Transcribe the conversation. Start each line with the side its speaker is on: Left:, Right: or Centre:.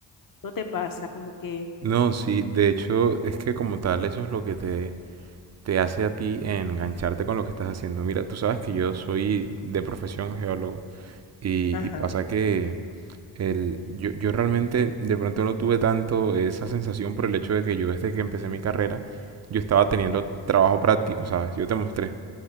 Left: ¿No te pasa? Como que,
Right: No, sí, de hecho es que como tal eso es lo que te, te hace a ti engancharte con lo que estás haciendo. Mira, tú sabes que yo soy de profesión geólogo y,
Left: ajá,
Right: y pasa que el, yo, yo realmente de pronto no tuve tanto esa sensación por el hecho de que yo desde que empecé mi carrera yo estaba teniendo trabajo práctico, ¿sabes? Yo te mostré.